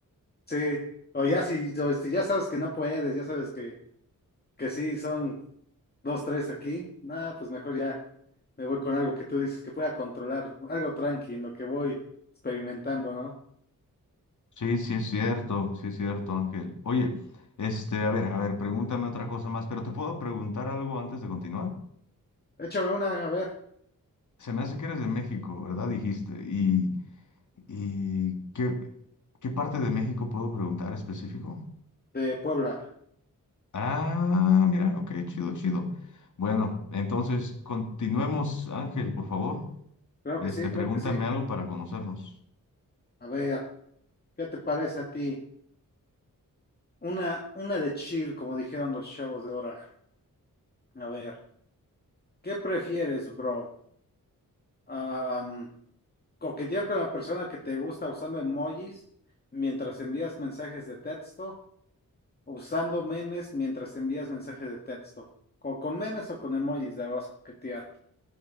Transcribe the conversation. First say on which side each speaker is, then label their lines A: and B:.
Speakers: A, on the left; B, on the left.
A: sí, o ya si, o si ya sabes que no puedes, ya sabes que, que sí son dos, tres aquí, nada, pues mejor ya me voy con algo que tú dices que pueda controlar, algo tranqui en lo que voy experimentando, ¿no?
B: Sí, sí es cierto, sí es cierto, Ángel. Oye, este, a ver, a ver, pregúntame otra cosa más, pero ¿te puedo preguntar algo antes de continuar?
A: Échame una, a ver,
B: Se me hace que eres de México, ¿verdad? Dijiste. ¿Y, y qué, qué parte de México puedo preguntar específico?
A: de Puebla.
B: Ah, mira, ok, chido, chido. Bueno, entonces continuemos, Ángel, por favor.
A: Creo
B: Este,
A: que sí, creo
B: pregúntame
A: que sí.
B: algo para conocernos.
A: A ver, ¿qué te parece a ti? Una, una de chill, como dijeron los chavos de ahora. A ver, ¿qué prefieres, bro? Ah, Coquetear con la persona que te gusta usando emojis mientras envías mensajes de texto, usando memes mientras envías mensajes de texto. O con memes o con emojis la vas a coquetear.